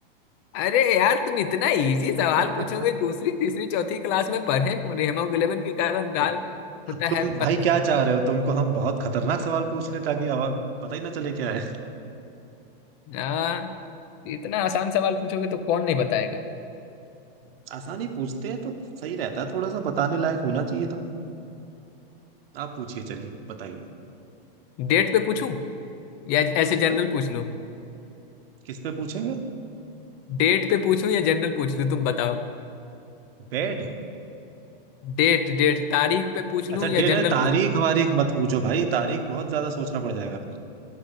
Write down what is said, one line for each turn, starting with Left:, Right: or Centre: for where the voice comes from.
Left: अरे यार तुम इतना इजी सवाल
Right: है
Left: पूछोगे
Right: <laughs>
Left: दूसरी तीसरी चौथी क्लास में पढ़े हीमोग्लोबिन के कारण लाल
Right: तो
Left: होता
Right: तुम
Left: है
Right: भाई
Left: पत्त
Right: क्या चाह रहे हो तुमको हम बहुत खतरनाक सवाल पूछ ले ताकि आवाज पता ही ना चले क्या है
Left: हाँ इतना आसान सवाल पूछोगे तो कौन नहीं बताएगा
Right: <laughs> आसानी पूछते हैं तो सही रहता है थोड़ा सा बताने लायक होना चाहिए तुम आप पूछिए चलिए बताइए
Left: डेट पे पूछूं या ऐसे
Right: किस
Left: जनरल
Right: पे
Left: पूछ लूं
Right: किस पे पूछेंगे
Left: डेट पे पूछूं या जनरल पूछ लूं तुम बताओ
Right: बेड
Left: डेट डेट तारीख पे पूछ लूं
Right: अच्छा डिनर
Left: या जनरल
Right: तारीख
Left: पूछ
Right: वारीख मत पूछो भाई तारीख बहुत ज्यादा सोचना पड़ जाएगा फिर